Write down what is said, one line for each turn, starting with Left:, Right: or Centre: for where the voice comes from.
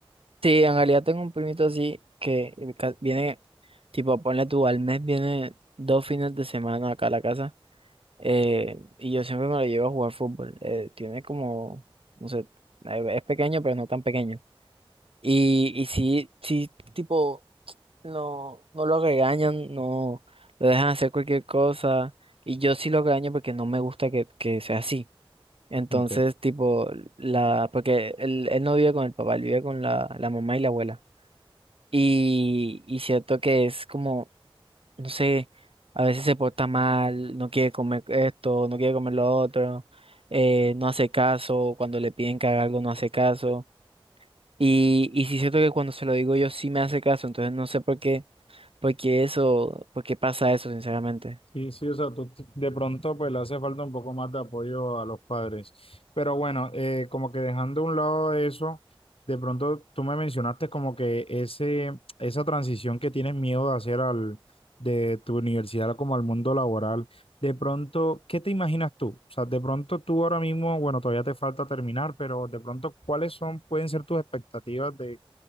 Right: Sí, en realidad tengo un primito así que eh, ca- viene, tipo, ponle tú, al mes viene dos fines de semana acá a la casa, eh, y yo siempre me lo llevo a jugar fútbol. Eh, tiene como, no sé, eh, es pequeño, pero no tan pequeño. Y, y si, si tipo, no, no lo regañan, no lo dejan hacer cualquier cosa. Y yo sí lo regaño porque no me gusta que, que sea así. Entonces,
Left: Ok.
Right: tipo, la, porque él, él no vive con el papá, él vive con la, la mamá y la abuela. Y, y cierto que es como, no sé, a veces se porta mal, no quiere comer esto, no quiere comer lo otro, eh, no hace caso, cuando le piden que haga algo no hace caso. Y, y sí siento que cuando se lo digo yo sí me hace caso, entonces no sé por qué, por qué eso, por qué pasa eso, sinceramente.
Left: Sí, sí, o sea, tú- tú- de pronto pues le hace falta un poco más de apoyo a los padres. Pero bueno, eh, como que dejando a un lado eso, de pronto tú me mencionaste como que ese, esa transición que tienes miedo de hacer al, de tu universidad como al mundo laboral, de pronto, ¿qué te imaginas tú? O sea, de pronto tú ahora mismo, bueno, todavía te falta terminar, pero de pronto, ¿cuáles son, pueden ser tus expectativas de